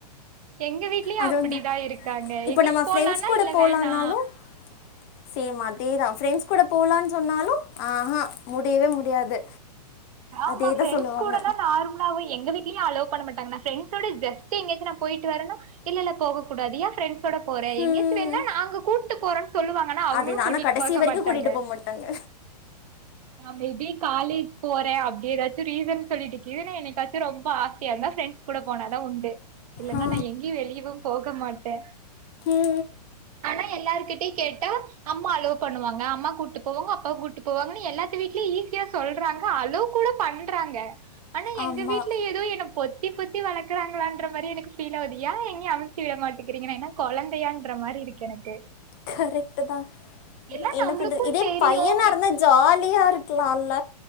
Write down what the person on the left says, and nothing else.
அது
வந்து
இப்போ
நம்ம ஃப்ரெண்ட்ஸ்
கூட
போகலான்னாலும்
சேம் அதேதா ஃப்ரெண்ட்ஸ் கூட போலான்னு சொன்னாலு ஆஹ்ஹா முடியவே முடியாது
அதே
தான் சொல்லுவாங்க
ஹம்,
அதேதான்
ஆனால் கடைசி
வரைக்கும்
கூட்டிகிட்டு போக மாட்டாங்க
ஆ
ஆ
ஆமாம்
கரெக்ட்டுதா
என்ன
பண்றது இதே
பையனா இருந்தா ஜாலியா இருக்லால்ல